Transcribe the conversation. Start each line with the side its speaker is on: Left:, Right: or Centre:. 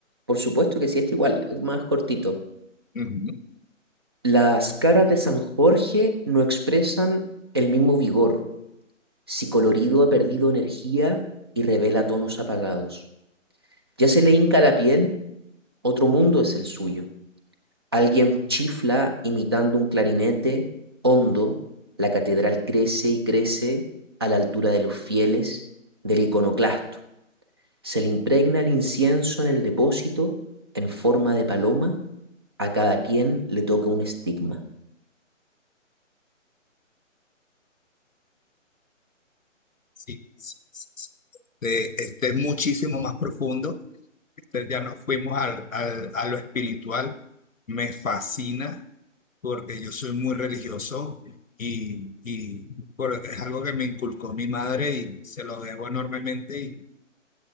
Right: por supuesto que sí, es igual, más cortito.
Left: Ujú.
Right: Las caras de San Jorge no expresan el mismo vigor, si colorido ha perdido energía y revela tonos apagados. Ya se le hinca la piel, otro mundo es el suyo. Alguien chifla imitando un clarinete, hondo, la catedral crece y crece a la altura de los fieles, del iconoclasto. Se le impregna el incienso en el depósito en forma de paloma, a cada quien le toca un estigma.
Left: Sí, sí, sí, sí. Este, este es muchísimo más profundo. Este, ya nos fuimos al, al- a lo espiritual. Me fascina porque yo soy muy religioso y, y porque es algo que me inculcó mi madre y se lo debo enormemente. y